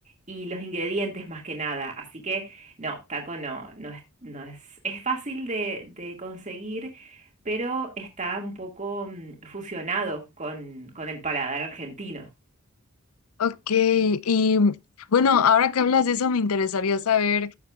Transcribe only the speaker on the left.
Ok, y bueno, ahora que hablas de eso, me interesaría saber